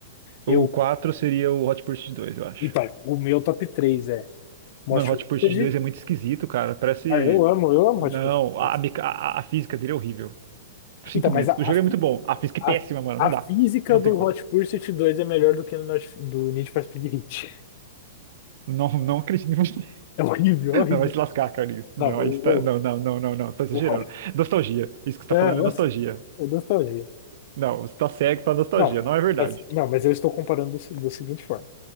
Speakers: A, on the right; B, on the left.
A: O
B: Eu,
A: quatro seria o Hot Pursuit dois eu acho.
B: então, o meu top 3 é Most
A: Mano, Hot Pursuit
B: Wanted.
A: dois é muito esquisito, cara. Parece.
B: Ah, eu amo, eu amo
A: Não,
B: Hot Pursuit.
A: a, a, meca- a- a física dele é horrível. Sinto
B: Então,
A: muito.
B: mas a,
A: O jogo é muito bom. A física
B: a,
A: é péssima,
B: a
A: mano.
B: a
A: Não dá.
B: física
A: Não
B: do
A: tem como.
B: Hot Pursuit 2 é melhor do que no, Need- do Need for Speed Heat.
A: Não, não acredito em você.
B: É horrível,
A: <laughs>
B: horrível.
A: Não, vai se lascar, Carlinhos. Não,
B: Não,
A: aí
B: eu,
A: está... não, não, não, não, não. Você tá exagerando.
B: eu,
A: Nostalgia. Isso que você tá
B: é,
A: falando
B: eu
A: é nostalgia.
B: sei. É nostalgia.
A: Não, você tá cego pra nostalgia,
B: Não,
A: não é verdade.
B: mas, não, mas eu estou comparando do, se- do seguinte forma.